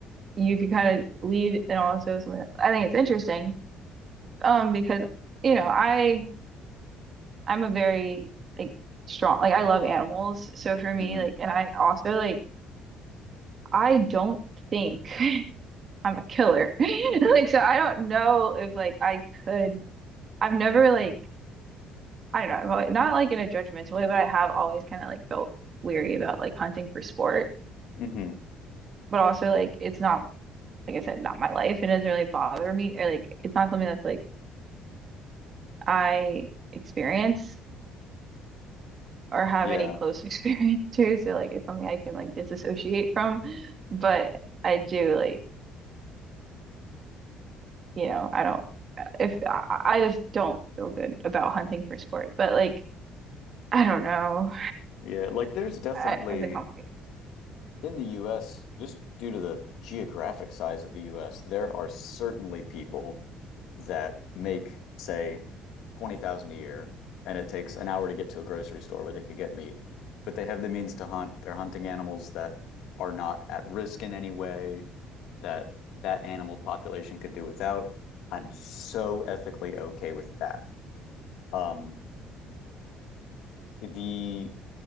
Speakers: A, on the right; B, on the left.
A: you could kind of lead and also something that- I think it's interesting um because you know I I'm a very like strong like I love animals so for me
B: hmm
A: like and I also like I don't think <laughs> I'm a killer <laughs> like so I don't know if like I could I've never like I don't know I've always, not like in a judgmental way but I have always kind of like felt weary about like hunting for sport
B: hmm
A: but also like it's not like I said not my life and it doesn't really bother me or like it's not something that's like I experience or have
B: Yeah.
A: any close <laughs> experience to. So like it's something I can like disassociate from. But I do like, you know, I don't if I, I just don't feel good about hunting for sport. But like I don't know.
B: Yeah. Like there's definitely
A: I, it's a complicated.
B: in the US, just due to the geographic size of the US, there are certainly people that make, say, 20,000 a year, and it takes an hour to get to a grocery store where they could get meat. But they have the means to hunt. They're hunting animals that are not at risk in any way, that that animal population could do without. I'm so ethically okay with that. Um, the